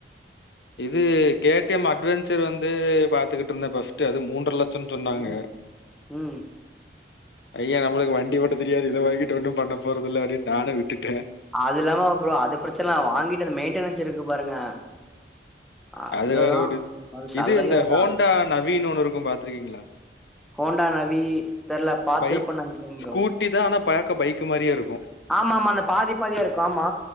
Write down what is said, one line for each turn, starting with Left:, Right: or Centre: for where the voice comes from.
Left: இது கேடிஎம் அட்வெஞ்சர் வந்து பாத்துகிட்டு இருந்தேன் ஃபஸ்ட்‌ அது மூன்ற லட்சம் சொன்னாங்க
Centre: ம் ம்
Left: ஐயா நம்மளுக்கு வண்டி ஓட்ட தெரியாது இதவாங்கி வி ஒன்னும் பண்ண போறத இல்ல அப்டின்னு நானும் விட்டுட்டேன்
Centre: அது இல்லாம அப்புறம் அது பிரச்சனை வாங்கிட்டு அந்த மெயின்டெனன்ஸ் இருக்கு பாருங்க அதுதா
Left: அது வேற ஒரு
Centre: அது சல்லையா
Left: இது இந்த
Centre: அதா
Left: ஹோண்டா நவீனனு இருக்கும் பாத்துருக்கீங்களா
Centre: ஹண்டா நவி தெர்ல பாத்துருப்பன்னு
Left: பைக்
Centre: நெனைக்கிறே ப்ரோ
Left: ஸ்கூட்டி தான் ஆனா பாக்க பைக் மாதிரியே இருக்கும்
Centre: ஆமா ஆமா அந்த பாதி பாதியா இருக்கும் ஆமா